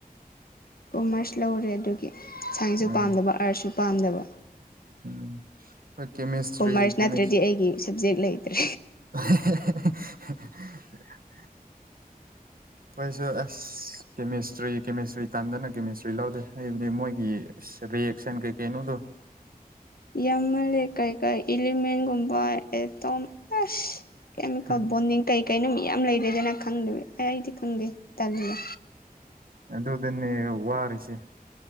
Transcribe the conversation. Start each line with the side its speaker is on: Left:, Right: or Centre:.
Left: ꯀꯣꯃ꯭ꯔꯁ ꯂꯧꯔꯦ ꯑꯗꯨꯒꯤ ꯁꯥꯏꯟꯁꯁꯨ
Right: ꯎꯝ
Left: ꯄꯥꯝꯗꯕ ꯑꯥꯔꯠꯁꯁꯨ ꯄꯥꯝꯗꯕ
Right: ꯎꯝ ꯍꯣꯢ ꯀꯦꯃꯦꯁꯇ꯭ꯔꯤ
Left: ꯀꯣꯃꯔꯁ
Right: ꯀꯦꯃꯦꯁ
Left: ꯅꯠꯇ꯭ꯔꯗꯤ ꯑꯩꯒꯤ ꯁꯕꯖꯦꯛ ꯂꯩꯇ꯭ꯔꯦ
Right: <unintelligible> <unintelligible> ꯑꯈꯣꯢꯁꯨ ꯑꯁ ꯀꯦꯃꯦꯁꯇ꯭ꯔꯤ ꯀꯦꯃꯦꯁꯇ꯭ꯔꯤ ꯇꯟꯗꯅ ꯀꯦꯃꯦꯁꯇ꯭ꯔꯤ ꯂꯧꯗꯦ ꯍꯥꯏꯕꯗꯤ ꯃꯣꯏꯒꯤ ꯑꯁ ꯔꯤꯌꯦꯛꯁꯟ ꯀꯩ ꯀꯩꯩꯅꯣꯗꯣ
Left: ꯌꯥꯝꯃꯜꯂꯦ ꯀꯩꯀꯩ ꯏꯂꯤꯃꯦꯟꯠ ꯒꯨꯝꯕ ꯑꯦꯇꯣꯝ ꯑꯁ ꯀꯦꯃꯤꯀꯦꯜ
Right: ꯎꯝ
Left: ꯕꯣꯟꯗꯤꯡ ꯀꯩ ꯀꯩꯅꯣ ꯃꯌꯥꯝ ꯂꯩꯔꯦꯗꯅꯥ ꯈꯪꯗꯕꯤ ꯑꯦ ꯑꯩꯗꯤ ꯈꯪꯗꯦ ꯇꯜꯂꯦ
Right: ꯑꯗꯨꯗꯅꯦ ꯋꯥꯔꯤꯁꯦ